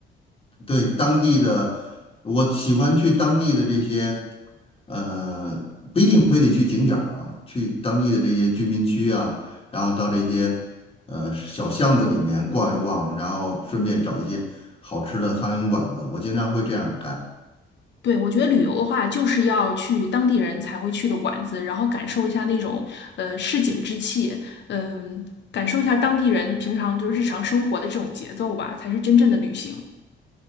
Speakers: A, on the left; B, on the left.
A: 对，当地的，我喜欢去当地的这些，呃，不一定非得去景点儿啊，去当地的这些居民区啊，然后到这些呃小巷子里面逛一逛，然后顺便找一些好吃的苍蝇馆子，我经常会这样干。
B: 对，我觉得旅游的话，就是要去当地人才会去的馆子，然后感受一下那种呃市井之气，嗯、感受一下当地人平常就是日常生活的这种节奏吧，才是真正的旅行。